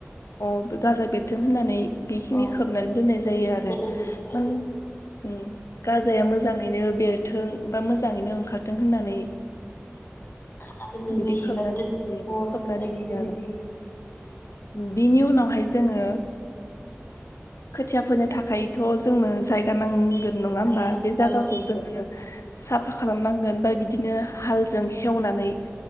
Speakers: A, on the left (about 80°); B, on the left (about 50°).
A: अ गाजा बेरथों होननानै बेखिनि
B: औ
A: खोबनानै दोननाय जायो आरो
B: दोननाय जायो आरो
A: माने-
B: ओं
A: उम गाजाया मोजाङैनो बेरथों बा मोजाङैनो ओंखारथों होननानै
B: खाना दोननाय
A: बिदि
B: जायो
A: खोबना
B: एबा
A: दोननाय
B: दोन
A: जायो
B: अर
A: खोबना
B: बायदि
A: दोनो
B: दोननाय
A: आरो
B: जायो
A: बिनि उनावहाय जोङो खोथिया फोनो थाखायथ जोंनो जायगा नांगौ नांगोन नङा
B: जायगा
A: होमबा बे जायगाखौ
B: औ
A: जोङो साफा खालामनांगोन बा बिदिनो हालजों हेवनानै